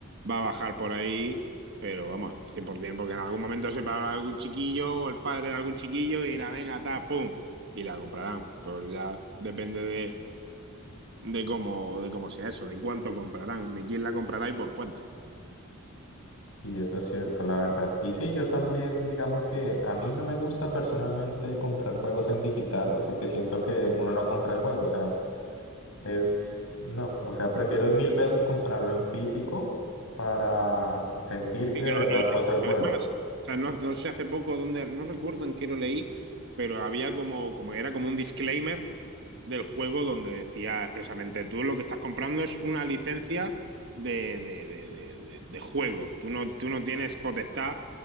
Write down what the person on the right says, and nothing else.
va a bajar por ahí, pero vamos, 100%, porque en algún momento se parará algún chiquillo o el padre de algún chiquillo y dirá, venga, ta, pum, y la comprarán. Pero ya depende de, de cómo, de cómo sea eso, de cuánto comprarán, de quién la comprará y por cuánto.
Y
que lo-
y lo-
además, o sea, no, no sé hace poco dónde, no recuerdo en qué lo leí, pero había como, como, era como un disclaimer del juego donde decía expresamente, tú lo que estás comprando es una licencia de, de, de, de- de de juego, tú no, tú no tienes potestad